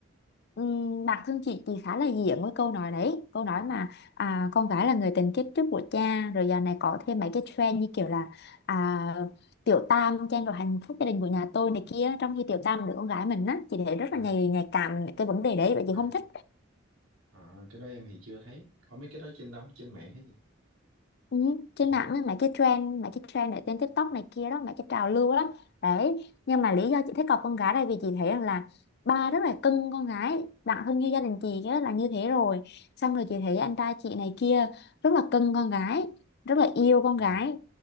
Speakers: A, on the left; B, on the right.
A: ừm, bản thân chị chị khá là diện với câu nói đấy câu nói
B: à,
A: mà à, con gái là người tình kiếp trước của cha rồi giờ này có thêm mấy cái trend như kiểu là à, tiểu tam trang rồi hạnh phúc gia đình của nhà tôi này kia trong khi tiểu tam là đứa con gái mình á chị thấy rất
B: à,
A: là nhạy nhạy cảm cái vấn đề đấy và chị
B: à,
A: không thích
B: à, cái đó em thì chưa thấy có mấy cái đó trên đâu trên mạng hay gì
A: Ừ, trên
B: à,
A: mạng á, mấy cái trend mấy cái trend ở trên TikTok này kia đó mấy cái trào lưu đó đấy nhưng mà lý do chị thích cọc con gái đây vì chị thấy rằng là ba rất là cưng con gái đặng thân như gia đình chị á, là như thế rồi xong rồi chị thấy anh trai chị này kia rất là cưng con gái rất là yêu con
B: ừ.
A: gái